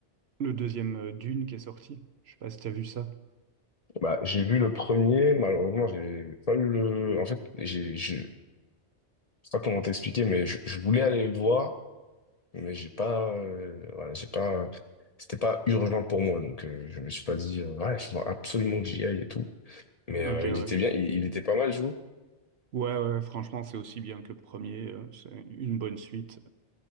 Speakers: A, on the right (about 65°); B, on the left (about 40°).
A: le deuxième euh, Dune qui est sorti. Je sais pas si t'as vu ça.
B: Bah j'ai vu le premier, malheureusement j'ai pas eu le, en fait j'ai, je je sais pas comment t'expliquer, mais je, je voulais aller le voir, mais j'ai pas, euh, voilà, j'ai pas, c'était pas urgent pour moi, donc euh, je me suis pas dit, euh, ouais, il faut absolument que j'y aille et tout, mais
A: Ok,
B: euh, il
A: ouais.
B: était bien, il, il était pas mal, je vous.
A: Ouais, ouais, franchement, c'est aussi bien que le premier. euh, c'est une bonne suite.